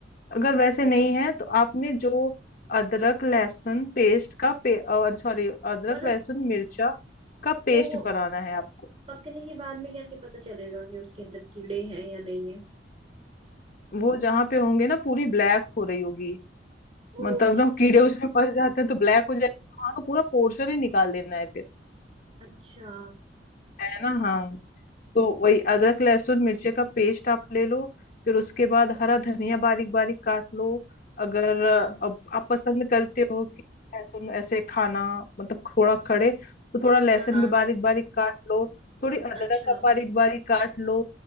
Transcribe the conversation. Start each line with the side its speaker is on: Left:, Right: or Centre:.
Left: अगर वैसे नहीं
Right: अच्छा
Left: है तो आपने जो अदरक लहसुन पेस्ट का पे, और सॉरी अदरक
Right: पर
Left: लहसुन मिर्चा का पेस्ट
Right: वो
Left: बनाना है आपको
Right: पकने के बाद में कैसे पता चलेगा कि उसके अंदर कीड़े हैं या नहीं है
Left: वो जहां पे होंगे ना पूरी ब्लैक हो रही होगी
Right: ओ
Left: मतलब ना कीड़े उसमें मर जाते हैं तो ब्लैक हो जाएगी तो वहां का पूरा पोर्शन ही निकाल देना है फिर
Right: अच्छा
Left: है ना हाँ तो वही अदरक लहसुन मिर्ची का पेस्ट आप ले लो फिर उसके बाद हरा धनिया बारीक बारीक काट लो अगर अ,
Right: हाँ
Left: अब आप पसंद करते हो कि लहसुन ऐसे खाना मतलब थोड़ा खड़े तो थोड़ा लहसुन
Right: हाँ हाँ
Left: भी बारीक बारीक काट लो थोड़ी अदरक
Right: अच्छा
Left: आप बारीक बारीक काट लो